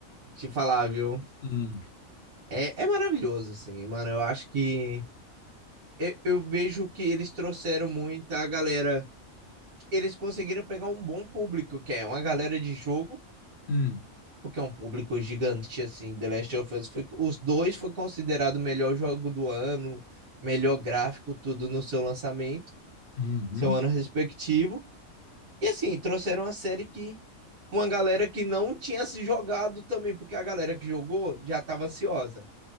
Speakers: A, on the right (about 85°); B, on the left (about 55°).
A: te falar, viu?
B: Hum,
A: É, é maravilhoso, assim, mano. Eu acho que eu, eu vejo que eles trouxeram muita galera. Eles conseguiram pegar um bom público, que é uma galera de jogo,
B: hum,
A: porque é um público gigante, assim. The Last of Us foi, os dois foi considerado o melhor jogo do ano, melhor gráfico, tudo no seu lançamento,
B: uhum.
A: seu ano respectivo. E assim, trouxeram uma série que uma galera que não tinha se jogado também, porque a galera que jogou já estava ansiosa.